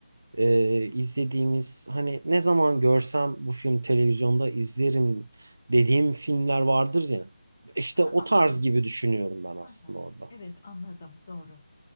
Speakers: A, on the right; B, on the left.
A: e, izlediğimiz hani ne zaman görsem bu film televizyonda izlerim dediğim filmler vardır ya. İşte
B: Ha,
A: o
B: anladım.
A: tarz gibi düşünüyorum ben aslında
B: Ha, ha.
A: orada.
B: Evet anladım. Doğru.